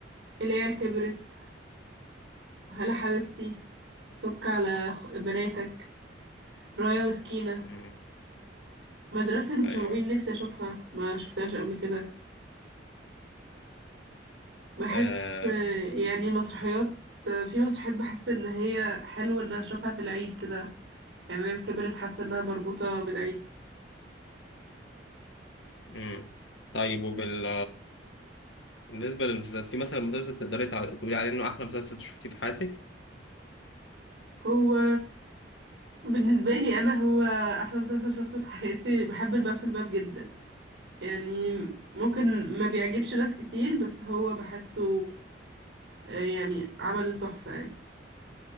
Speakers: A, on the right (about 70°); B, on the left (about 75°).
A: العيال كبرت هلا حبيبتي سك على خ- بناتك رايا وسكينة
B: امم
A: مدرسة المشاغبين
B: ايوه
A: نفسي أشوفها ما شفتهاش قبل كده بحس
B: آه...
A: آه، يعني مسرحيات آه، في مسرحيات بحس إن هي حلو إن أشوفها في العيد كده يعني أنا كبرت حاسة إنها مربوطة بالعيد
B: امم طيب وبال بالنسبه للمسلسلات في مثلا مسلسل تقدري تع- تقولي عليه انه احلى مسلسل شفتيه في حياتك
A: هو بالنسبة لي أنا هو أحلى مسلسل شفته في حياتي بحب الباب في الباب جدا يعني ممكن ما بيعجبش ناس كتير بس هو بحسه آه، يعني عمل تحفة يعني